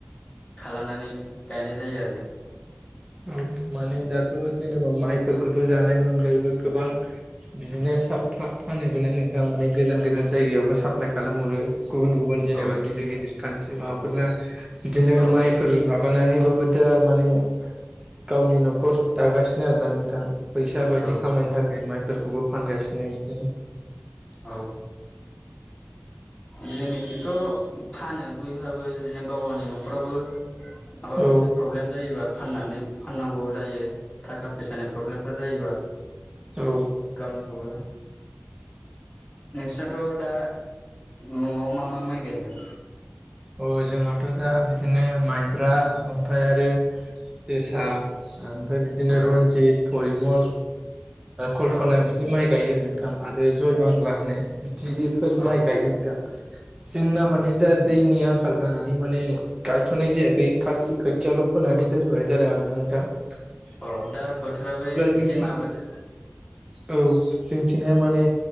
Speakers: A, on the left (about 25°); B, on the right (about 20°).
A: खालामनानै गायनाय जायो आरो
B: औ माने दाथ' जेनेबा माइफोरखौथ' जानायनि अनगायैबो गोबां बिदिनो सा फा फानोब ना नोंथां माने गोजान गोजान जायगायावबो साफ एप्लाइ खालामहरो गुबुन गुबुन जेनेबा
A: औ
B: गिदिर गिदिर कान्ट्रि माबाफोरनो बिदिनो
A: औ
B: माइफोर माबानानैबाबो दा माने गावनि न'खर दागासिनो आरोना नोंथां फैसा बायदि
A: औ
B: खामायनो थाखाय माने फोरखौबो फानगासिनो बिदिनो
A: औ जोंनिथिंथ' फानो बयहाबो बिदिनो गाव गावनि न'खरावबो माबा
B: औ
A: मोनसे प्रब्लेम जायोबा फाननानै फाननांगौ जायो थाखा फैसानि प्रब्लेमफोर जायोबा
B: औ
A: गावनिखौबो नोंसोनाथ' दा न'आव मा मा माइ गायदों
B: औ जोंहाथ' दा बिदिनो माइब्रा ओमफ्राय आरो जोसा ओमफ्राय बिदिनो
A: औ
B: रन्जित परिमल कल्पना
A: औ
B: बिदि माइ गायो नोंथां आरो जय बांला होनो बिदिफोर
A: औ
B: माइ गायनांदों जोंना
A: औ
B: माने दा दैनि आंखाल जानानै माने गायथ'नाय जायाखै खालि खोथियाल' फोनानै दोनथ'नाय जादों आरोना नोंथाङां
A: अ दा बोथोराबो
B: जोंथिं
A: एसे माबादो
B: औ जोंथिंहाय माने